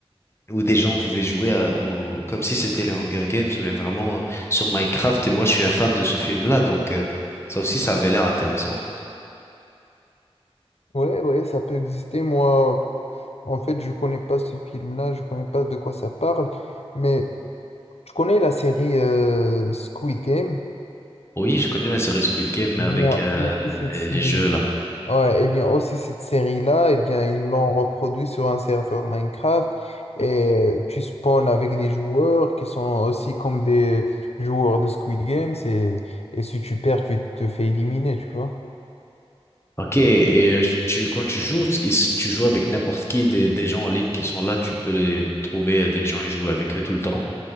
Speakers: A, on the left; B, on the left.
A: où des gens pouvaient jouer à, au- comme si c'était les Hunger Games, mais vraiment euh, sur Minecraft. Et moi, je suis un fan de ce film-là, donc euh, ça aussi, ça avait l'air intéressant.
B: Ouais, ouais, ça peut exister. Moi, en fait, je connais pas ce film-là, je connais pas de quoi ça parle, mais tu connais la série euh, Squid Game?
A: Oui, je connais la série Squid Game, mais
B: Eh bien,
A: avec euh,
B: aussi cette
A: les,
B: série.
A: les jeux là.
B: Ouais, et bien aussi cette série-là, et bien ils l'ont reproduit sur un serveur Minecraft et tu spawns avec des joueurs qui sont aussi comme des joueurs de Squid Games et, et si tu perds, tu te fais éliminer, tu vois.
A: Ok, et euh, tu quand tu joues, est-ce que tu joues avec n'importe qui des, des gens en ligne qui sont là, tu peux les trouver euh, des gens et jouer avec eux tout le temps?